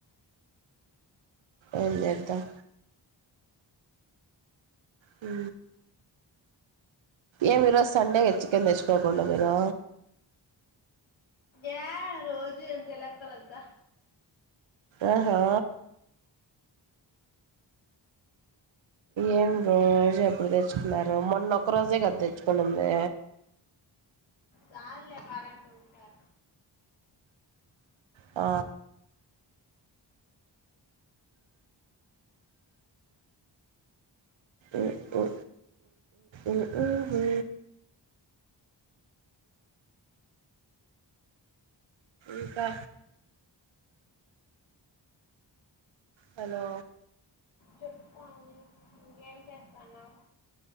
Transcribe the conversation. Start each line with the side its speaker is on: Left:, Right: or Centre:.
Right: ఏంచేద్దాం హు ఏమి ఈరోజు సండేగా చికెన్ తెచ్చుకోకూడదు మీరూ
Left: ఏ రోజూ ఏంటి లెక్కలు వద్ద
Right: ఆహా ఏం రోజు ఎప్పుడు తెచ్చుకున్నారు మొన్న ఒక్క రోజ కదా తెచ్చుకునిందీ
Left: చాలులే వారానికి ఒకసారి
Right: ఆ ఉ ఉ ఉఊ హు హు ఇంకా హలో
Left: చెప్తాను ఇంకేం చేస్తున్నావు